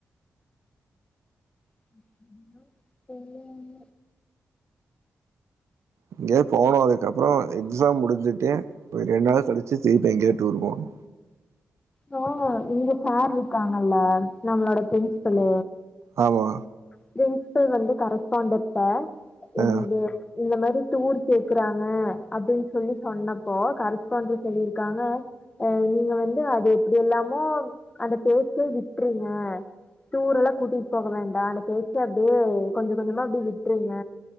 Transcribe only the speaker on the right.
இங்கயே போனுதுக்கப்றோ எக்ஸாம் முடிஞ்சுட்டே ஒரு ரெண்டு நாள் கழிச்சு திருப்ப எங்கயா டூர் போனோ
ஆமா
ஆ